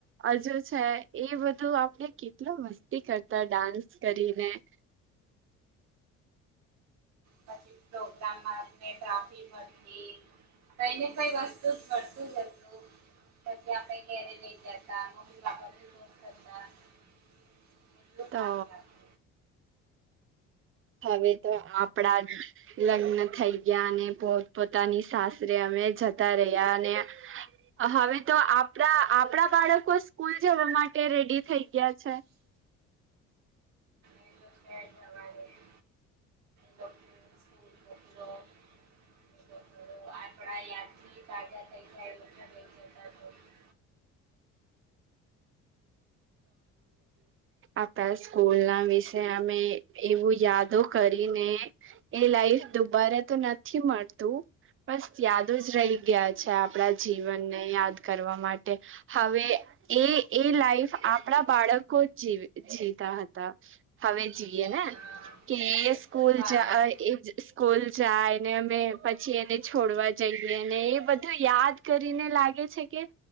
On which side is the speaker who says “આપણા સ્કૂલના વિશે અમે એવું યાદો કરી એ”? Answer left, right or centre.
Right